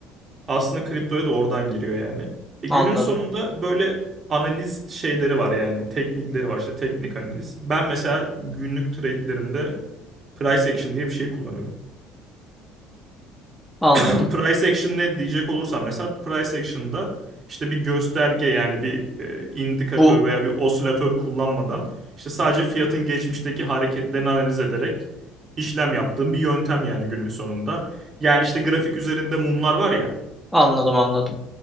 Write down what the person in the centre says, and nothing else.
anladım.
Anladım.
Bu
anladım anladım.